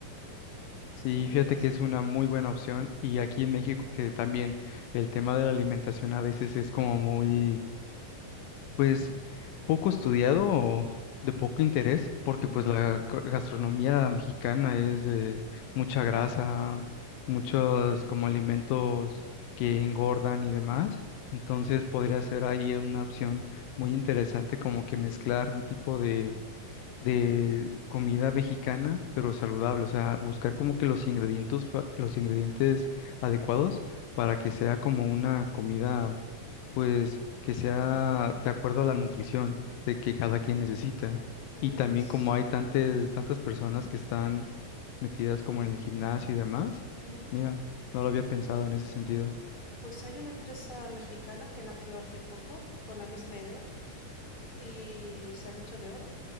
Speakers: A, on the left; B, on the left.
A: Sí,
B: ¿entiendes?
A: fíjate que es una muy buena opción y aquí en México que también el tema de la alimentación a veces es como muy, pues, poco estudiado o de poco interés, porque
B: Ujú.
A: pues la co- gastronomía mexicana es de mucha grasa, muchos como alimentos que engordan y demás, entonces podría ser ahí una opción muy interesante como que mezclar un tipo de de comida mexicana, pero saludable, o sea, buscar como que los ingredientes, fa- los ingredientes adecuados para que sea como una comida, pues, que sea de acuerdo a la nutrición de que cada quien necesita.
B: Pues
A: Y también como hay tantas, tantas personas que están metidas como en el gimnasio y demás,
B: ujú.
A: mira, no lo había pensado en ese sentido.
B: Pues hay una empresa mexicana que nació hace poco con la misma idea y se han hecho de oro.